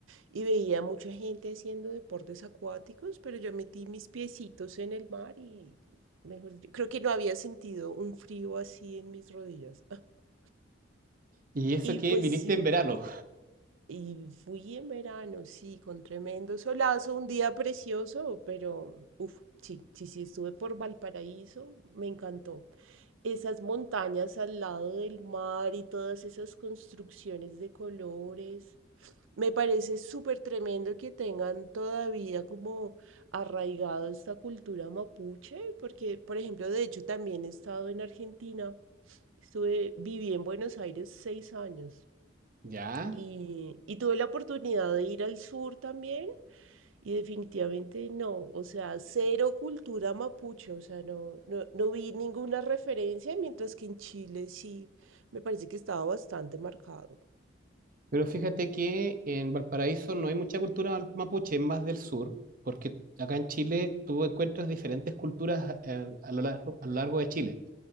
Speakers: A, on the right; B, on the right.
A: y veía mucha gente haciendo deportes acuáticos, pero yo metí mis piecitos en el mar y, mejor, dicho, creo que no había sentido un frío así en mis rodillas. <laughs>
B: y eso
A: Y
B: que
A: pues
B: viniste
A: sí.
B: en verano,
A: Y fui en verano, sí, con tremendo solazo, un día precioso, pero uff, sí, sí, sí, estuve por Valparaíso, me encantó. Esas montañas al lado del mar y todas esas construcciones de colores. Me parece súper tremendo que tengan todavía como arraigado esta cultura mapuche, porque, por ejemplo, de hecho también he estado en Argentina. Estuve, viví en Buenos Aires seis años.
B: <laughs> ¿ya?
A: Y, y tuve la oportunidad de ir al sur también y definitivamente no, o sea, cero cultura mapuche, o sea, no, no, no vi ninguna referencia, mientras que en Chile sí me parece que estaba bastante marcado.
B: Pero fíjate que en Valparaíso no hay mucha cultura mal- mapuche, es más del sur, porque acá en Chile tú encuentras diferentes culturas eh, a, lo largo, a lo largo de Chile.